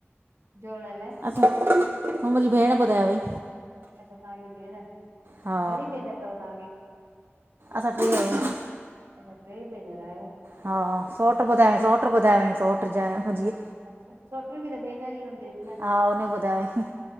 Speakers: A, on the right; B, on the right.
A: जोड़ण लाइ।
B: असां मुंजी भेण ॿुधायो हुयई।
A: अच्छा तांजी भेण,
B: हा
A: घणी भेनर तव तांखे?
B: असां ट्रे आयूं।
A: अच्छा ट्रे भेनर आयो
B: हा सोट्र ॿुधाईं सोट्र ॿुधायो हुयई सोट्र जे मुंजीअ।
A: अचछा सोटरू बि त भेनर ई हूंदयून न।
B: हा हुन ॿुधायोईं